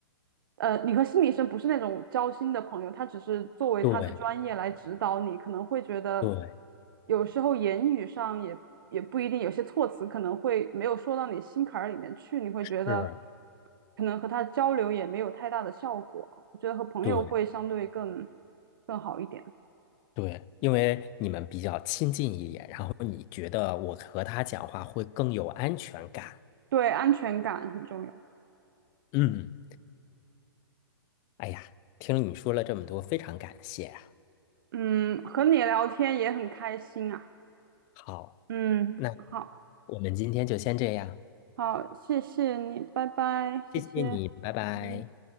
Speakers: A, on the right; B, on the left.
A: 呃，你和心理医生不是那种交心的朋友，他只是作为他的专业来指导你，
B: 对
A: 可能会觉得
B: 对
A: 有时候言语上也也不一定，有些措辞可能会没有说到你心坎儿里面去，你会觉得
B: 是，
A: 可能和他交流也没有太大的效果，我觉得和朋友会相对更
B: 对
A: 更好一点，
B: 对，因为你们比较亲近一点，然后你觉得我和他讲话会更有安全感。
A: 对，安全感很重要。
B: 嗯，哎呀，听你说了这么多，非常感谢啊
A: 嗯，和你聊天也很开心啊。
B: 好，
A: 嗯，
B: 那
A: 好，
B: 我们今天就先这样，
A: 好，谢谢你，拜拜，
B: 谢谢你，
A: 谢谢。
B: 拜拜。
A: 嗯。